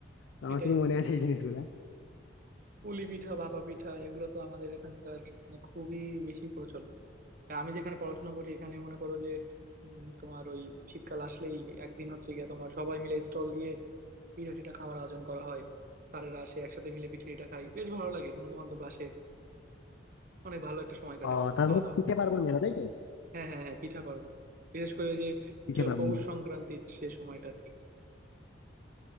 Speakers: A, on the left; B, on the right.
A: তো আমার
B: এটাই
A: শুধু মনে আছে এই জিনিসগুলো
B: পুলি পিঠা ভাপা পিঠা এগুলো তো আমাদের এখানকার মানে খুবই বেশি প্রচলন আমি যেখানে পড়াশোনা করি এখানে মনে করো যে উম, তোমার ওই শীতকাল আসলেই একদিন হচ্ছে গিয়ে তোমার সবাই মিলে স্টল দিয়ে পিঠা টিঠা খাওয়ার আয়োজন করা হয় তারেরা আসে একসাথে মিলে পিঠা টিঠা খাই বেশ ভালো লাগে বন্ধু বান্ধব আসে অনেক ভালো একটা সময় কাটে
A: ও
B: বন্ধু
A: তার
B: খাওয়া
A: মানে
B: দাওয়া
A: পিঠে
B: করে
A: পার্বণ মেলা তাই তো
B: হ্যাঁ হ্যাঁ হ্যাঁ পিঠা পার্বণ বিশেষ করে ওই যে
A: পিঠে
B: চ-
A: পার্বণ
B: পৌষ
A: মেলা।
B: সংক্রান্তির সে সময়টা আর কি